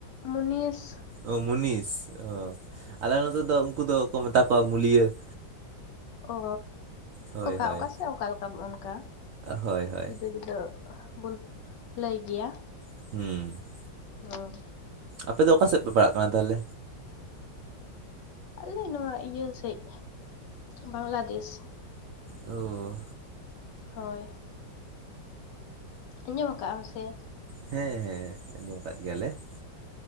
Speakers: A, on the left; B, on the right.
A: ᱢᱩᱱᱤᱥ ᱾
B: ᱚ ᱢᱩᱱᱤᱥ ᱚ ᱟᱞᱮ ᱱᱚᱛᱮ ᱫᱚ ᱩᱱᱠᱩ ᱫᱚ ᱠᱚ ᱢᱮᱛᱟ ᱠᱚᱣᱟ ᱢᱩᱞᱤᱭᱟᱹ ᱾
A: ᱚ
B: ᱦᱳᱭ
A: ᱚᱠᱟ
B: ᱦᱳᱭ
A: ᱚᱠᱟ ᱥᱮᱫ ᱚᱠᱟ ᱞᱮᱠᱟ ᱚᱱᱠᱟ
B: ᱦᱳᱭ ᱦᱳᱭ
A: ᱡᱩᱫᱟᱹ ᱡᱩᱫᱟᱹ ᱟᱫᱚ ᱵᱚᱱ ᱞᱟᱹᱭ ᱜᱮᱭᱟ ᱾
B: ᱦᱩᱸ ᱾
A: ᱦᱚᱭ ᱾
B: ᱟᱯᱮ ᱫᱚ ᱚᱠᱟ ᱥᱮᱫ ᱯᱮ ᱯᱟᱲᱟᱜ ᱠᱟᱱᱟ ᱛᱟᱦᱞᱮ?
A: ᱟᱞᱮ ᱱᱚᱣᱟ ᱤᱭᱟᱹ ᱥᱮᱫ ᱵᱟᱝᱞᱟᱫᱮᱥ ᱾
B: ᱚ
A: ᱦᱚᱭ ᱾ ᱟᱸᱡᱚᱢ ᱠᱟᱜᱼᱟᱢ?
B: ᱦᱮᱸ ᱦᱮᱸ ᱟᱸᱡᱚᱢ ᱟᱠᱟᱫ ᱜᱮᱭᱟᱞᱮ ᱾